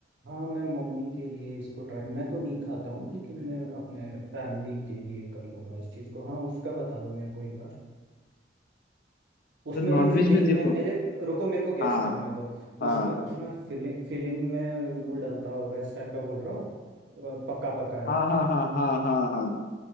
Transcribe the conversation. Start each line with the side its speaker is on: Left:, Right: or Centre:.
Right: हाँ मैं मम्मी के लिए इसको ट्राई मैं तो नहीं खाता हूँ लेकिन मैं अपने फैमिली के लिए कर लूँगा इस चीज़ को हाँ उसका बता दो मेरे को एक बार उसमें
Left: तो नॉनवेज
Right: ये फीलिंग
Left: में देखो
Right: में मेरे रुको मेरे को गेस
Left: हाँ
Right: करने दो
Left: हाँ
Right: उसमें उसमें फीलिंग फीलिंग में वो डलता होगा इस टाइप का बोल रहा हो अ, पक्का पकाया
Left: हाँ हाँ हाँ हाँ हाँ हाँ